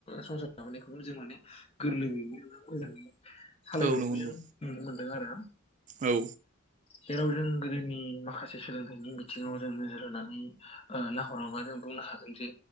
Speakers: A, on the left; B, on the right.
A: संसार जाबोनायखौ जों माने गोरलैयैनो मोजाङै सालायबोनायखौ
B: औ नंगौ नंगौ
A: जों नुनो मोन्दों आरो।
B: औ।
A: जेराव जों गोदोनि माखासे सोलोंथाइनि बिथिङाव जों नोजोर होनानै ओ नाहरोबा जों बु बुंनो होगोनजे